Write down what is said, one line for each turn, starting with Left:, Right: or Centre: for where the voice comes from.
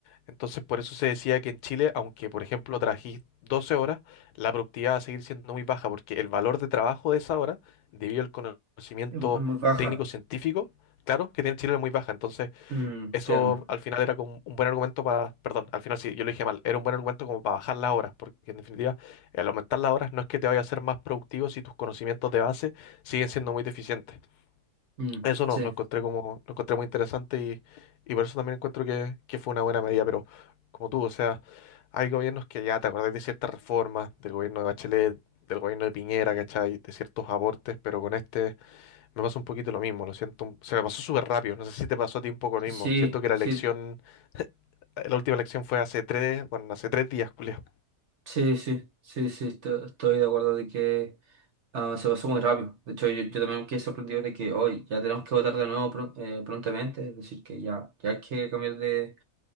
Left: Entonces, por eso se decía que en Chile, aunque, por ejemplo, trabajís 12 horas, la productividad va a seguir siendo muy baja, porque el valor de trabajo de esa hora, debido al conocimiento
Right: es es muy baja.
Left: técnico-científico, claro, que tiene Chile es muy baja. Entonces,
Right: Mm, entiendo.
Left: eso al final era como un buen argumento para, perdón, al final sí, yo lo dije mal, era un buen argumento como para bajar las horas, porque en definitiva, al aumentar las horas no es que te vaya a ser más productivo si tus conocimientos de base siguen siendo muy deficientes.
Right: Mm,
Left: Eso no,
Right: sí,
Left: lo encontré como, lo encontré muy interesante y, y por eso también encuentro que, que fue una buena medida, pero como tú, o sea, hay gobiernos que ya te acordás de ciertas reformas, del gobierno de Bachelet, del gobierno de Piñera, ¿cachai? De ciertos abortes, pero con este me pasa un poquito lo mismo, lo siento, un- se me pasó súper rápido, no sé si te pasó a ti un poco lo mismo,
Right: sí,
Left: siento que la
Right: sí,
Left: elección la última elección fue hace tres, bueno, hace tres días, Julio.
Right: sí, sí, sí, sí, esto- estoy de acuerdo de que Ah, se pasó muy rápido. De hecho, yo, yo también me quedé sorprendido de que hoy ya tenemos que votar de nuevo pro- eh, prontamente, es decir, que ya, ya hay que cambiar de,